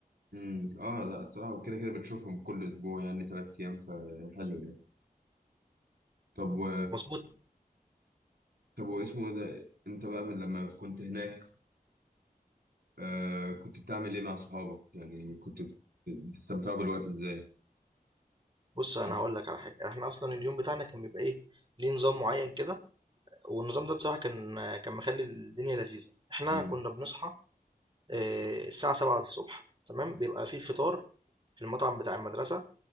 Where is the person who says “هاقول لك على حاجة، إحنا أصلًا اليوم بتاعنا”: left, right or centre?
Right